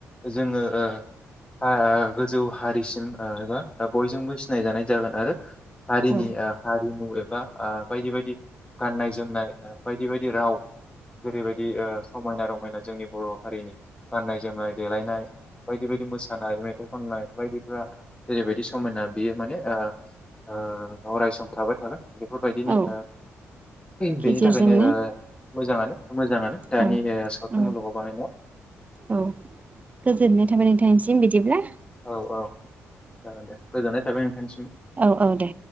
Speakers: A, on the left; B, on the right.
A: जोङो ओ हा गोजौ हारिसिम ओ एबा बयजोंबो सिनायजानाय जागोन आरो हारिनि
B: औ
A: ओ हारिमु एबा ओ बायदि बायदि गान्नाय जोमनाय बायदि बायदि राव ओेरैबायदि ओ समायना र मायना जोंनि बर' हारिनि गान्नाय जोमनाय देलायनाय बायदि बायदि मोसानाय मेथाइ खननाय बायदि फोरा जरैबायदि समायना बियो माने ओ ओ अरायसम थाबाय थागोन बेफोरबायदिनि
B: औ
A: ओ बेनि
B: गेजेरजोंनो
A: थाखायनो ओ मोजाङानो मोजाङानो दानि
B: औ
A: सावथुन
B: औ
A: मुलुगाव बानायनाया
B: औ गोजोननाय थाबाय नोंथांनिसिम बिदिब्ला
A: औ औ जागोन दे गोजोननाय थाबाय नोंथांनिसिम
B: औ औ दे।